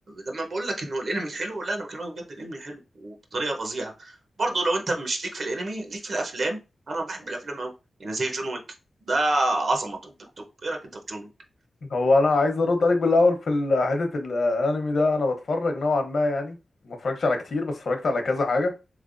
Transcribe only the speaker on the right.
لما بقول لك انه الانمي حلو لا انا بكلمك بجد الانمي حلو وبطريقة فظيعة برضه لو انت مش ليك في الانمي ليك في الافلام انا بحب الافلام قوي يعني زي جون ويك ده عظمة توب التوب ايه رايك انت في جون ويك